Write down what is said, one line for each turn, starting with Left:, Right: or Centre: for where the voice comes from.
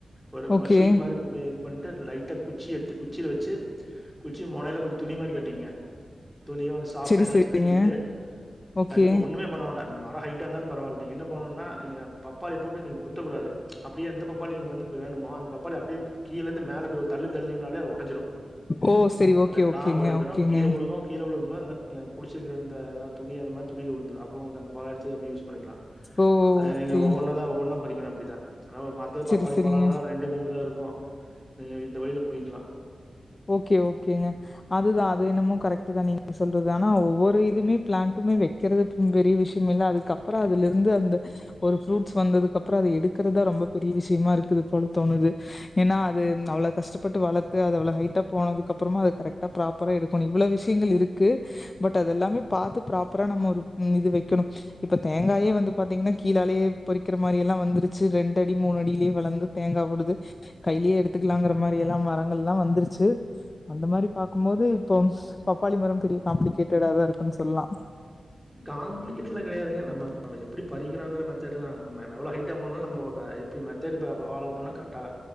Centre: ஒரு
Left: ஓகே
Centre: சீட் மாரி போட்டு இது பண் கிட்ட லைட்டா குச்சி எடுத்து குச்சில வெச்சு குச்சி மொனைல கொஞ் துணி மாரி கட்டிக்கங்க துணியோ ஸ்சாப்டா
Left: செரி
Centre: இதா
Left: செரிங்க
Centre: வெச்சு கட்டிக்கிட்டு
Left: ஓகே
Centre: தட்டுங்க ஒண்ணுமே பண்ணமாட்டாங்க மரோ ஹைட்டா இந்தாலு பரவால்லிங்க என்ன பன்னுன்னா நீங்க பப் பாளி போட்டு நீங்க குத்தக்கூடாது அப்டியே அந்த பப் பப்பாளி வந்து வேணுமோ அந்த பப்பாளி அப்டியே கீழ இருந்து மேலே தள்ளி தள்னிங்னாலே அது ஒடஞ்சுரு
Left: ஓ செரி ஓகே
Centre: அந்த
Left: ஓகேங்க
Centre: காம்பு ஒடஞ்சது
Left: ஓகேங்க
Centre: கீழ உழுகு கீழ உழுந் போ இந்த புழுச்சுக்குறது அந்த துணில அந்த மாரி துணில உழுந்துரு அப்போ உங்குளுக்கு அந்த பழோ எடுத்து அப்டி யூஸ் பண்ணிக்கலா
Left: ஓ
Centre: அது
Left: ஓகே
Centre: நீங்க ஒவ்வொன்னு தா ஒவ்வொன்னா பறிக்குறோ அப்டித்தா ஆனா ஒரு மரத்துல பப்பாளி
Left: செரி செரிங்க
Centre: பழோன்னா ரெண்டு மூணுதா இருக்கோ நீங்க இந்த வழில புடிங்க்லா
Left: ஓகே ஓகேங்க அதுதா அது என்னமோ கரெக்டுதா நீங்க சொல்றது ஆனா ஒவ்வொரு இதுமே பிளான்டுமே வெக்கிறது பெரிய விஷ்யோம் இல்ல அதுக்கப்பறோ அதுல இருந்து அந்த ஒரு ஃப்ரூட்ஸ் வந்ததுக் அப்பறோ அது எடுக்குறதா ரொம்ப பெரிய விஷ்யமா இருக்குது போல தோணுது ஏன்னா அது அவ்வளவு கஷ்டப்பட்டு வளத்து அத அவ்வள ஹைட் போனதுக்கு அப்பறமா கரெக்டா ஃப்ராப்பரா எடுக்கோனு இவ்வளவு விஷ்யங்கள் இருக்கு பட் அதெல்லாமே பாத்து ஃப்ராப்பரா நம்ம ஒரு இது வெக்கணு இப்ப தேங்காயே வந்து பாத்தீங்கன்னா கீழாலயே பறிக்கிற மாரி எல்லாம் வந்துருச்சு ரெண்டு அடி மூணு அடிலயே வளந்து தேங்கா வுடுது கைலியே எடுத்துக்கலாங்கற மாரி எல்லா மரங்கள் எல்லா வந்துருச் சு அந்த மாரி பாக்கும்போது இப்போம் பப்பாளி மரம் பெரிய காம்ப்ளிகேட்டடாதா இருக்குன் சொல்லா
Centre: காம்ப்ளிகேட்லா கெடையாதுங்க நம்ம எப்படி பறிக்கிறாங்குற மெத்தடுதா நம்ம எவ்வளவு ஹைட்டா போனாலு நம்ம எப்படி மெத்தடு ஃப்லோ பண்ணா கரெட்டா